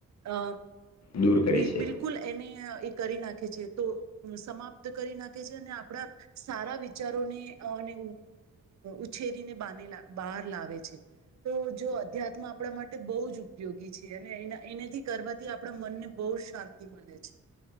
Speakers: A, on the right; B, on the left.
A: અ
B: દૂર કરી
A: બિલ
B: છે
A: બિલકુલ એને એ કરી નાખે છે તો સમાપ્ત કરી નાખે છે અને આપડા સારા વિચારોને અને ઉછેરીનેને બાને બહાર લાવે છે. તો જો અધ્યાત્મ આપણા માટે બહુ જ ઉપયોગી છે, અને એના એનાથી કરવાથી આ આપણા મનને બહુ શાંતિ મળે છે.